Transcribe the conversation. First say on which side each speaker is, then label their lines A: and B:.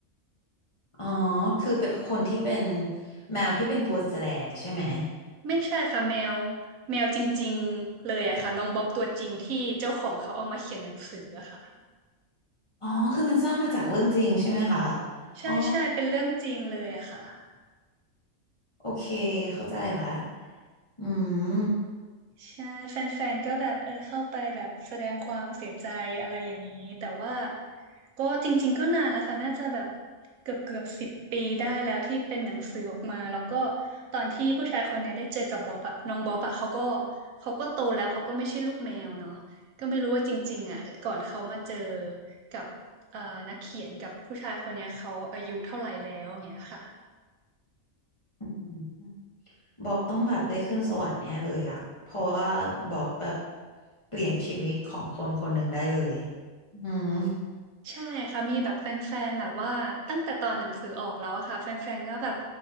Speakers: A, on the left; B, on the right.
A: อ๋อคือเป็นคนที่เป็นแมวที่เป็นตัวแสดงใช่ไหม
B: ไม่ใช่ค่ะแมวแมวจริงๆเลยอะค่ะน้องบ๊อบตัวจริงที่เจ้าของเขาเอามาเขียนหนังสืออะค่ะ
A: อ๋อคือมันสร้างมาจากเรื่องจริงใช่ไหมคะ
B: ใช่ใช่เป็นเรื่องจริงเลยอะค่ะ
A: อ๋อ โอเคเข้าใจละอืม
B: ใช่แฟนๆก็แบบเออเข้าไปแบบแสดงความเสียใจอะไรอย่างนี้แต่ว่าก็จริงๆก็นานแล้วค่ะน่าจะแบบเกือบเกือบสิบปีได้แล้วที่เป็นหนังสือออกมาแล้วก็ตอนที่ผู้ชายคนเนี้ยได้เจอกับบ๊อบอะน้องบ๊อบอะเขาก็เขาก็โตแล้วเขาก็ไม่ใช่ลูกแมวเนาะก็ไม่รู้ว่าจริงๆอะก่อนเขามาเจอกับเอ่อนักเขียนกับผู้ชายคนเนี้ยเขาอายุเท่าไหร่แล้วอย่างเงี้ยค่ะ
A: อืมบอบต้องแบบได้ขึ้นสวรรค์แน่เลยอะเพราะว่าบอบแบบเปลี่ยนชีวิตของคนคนหนึ่งได้เลยอืม
B: ใช่ค่ะมีแบบแฟนๆแบบว่าตั้งแต่ตอนหนังสือออกแล้วอะค่ะแฟนๆก็แบบ